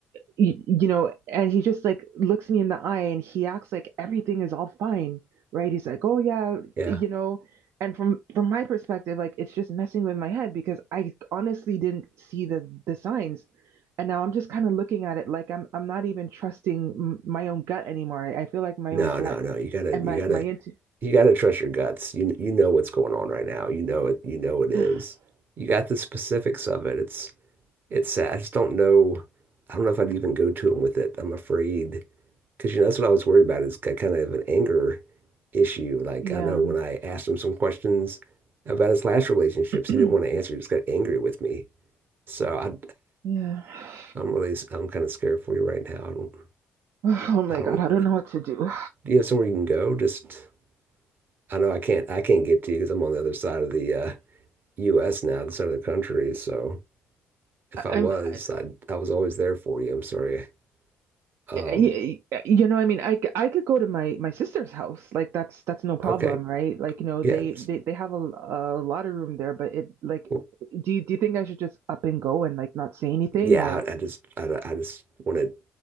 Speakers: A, on the right (about 75°); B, on the right (about 50°).
A: you, you know, and he just like looks me in the eye and he acts like everything is all fine, right? He's like, "Oh yeah,
B: yeah.
A: you know." And from from my perspective, like it's just messing with my head because I honestly didn't see the the signs. And now I'm just kind of looking at it like I'm I'm not even trusting m my own gut anymore. I, I feel like my
B: No,
A: own gut
B: no, no. You gotta
A: and
B: you
A: my
B: gotta
A: my intu
B: you gotta trust your guts. You you know what's going on right now. You know it. You know it is.
A: <sighs>
B: You got the specifics of it. It's it's sad. I just don't know. I don't know if I'd even go to him with it. I'm afraid because you know that's what I was worried about is ki- kind of an anger issue. Like
A: yeah.
B: I know when I asked him some questions about his last relationships,
A: <clears throat>
B: he didn't want to answer. He just got angry with me. So I
A: yeah. <sighs>
B: I'm really, I'm kind of scared for you right now. I don't,
A: Oh my
B: I don't,
A: god, I don't know what to do.
B: do you have somewhere you can go? Just, I know I can't, I can't get to you because I'm on the other side of the uh, US now, the side of the country. So if
A: I'm,
B: I was,
A: I,
B: I, I was always there for you. I'm sorry. Um,
A: you know, I mean, I I could go to my my sister's house. Like that's that's no problem,
B: okay.
A: right? Like, you know,
B: Yeah.
A: they
B: Just,
A: they they have a, a lot of room there, but it like,
B: well,
A: do you do you think I should just up and go and like not say anything
B: yeah.
A: or
B: I, I just, I, I just want to,